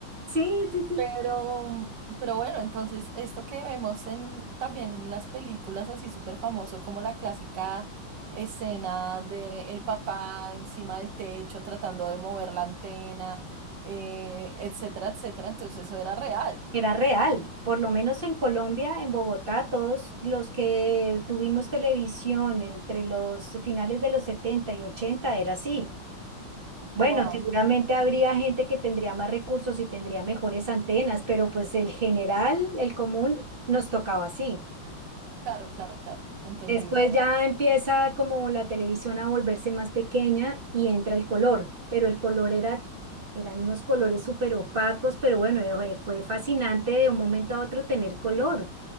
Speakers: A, on the right; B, on the right.
A: Sí, sí, sí.
B: Pero, pero bueno, entonces esto que vemos en, también en las películas así súper famoso, como la clásica escena de el papá encima del techo tratando de mover la antena, eh, etcétera, etcétera. Entonces eso era real.
A: era real, por lo menos en Colombia, en Bogotá, todos los que tuvimos televisión entre los finales de los 70 y 80 era así. Bueno,
B: Wow.
A: seguramente habría gente que tendría más recursos y tendría mejores antenas, pero pues el general, el común, nos tocaba así.
B: Claro, claro, claro. Entendible.
A: Después ya empieza como la televisión a volverse más pequeña y entra el color, pero el color era, eran unos colores súper opacos, pero bueno, eh, eh, fue fascinante de un momento a otro tener color.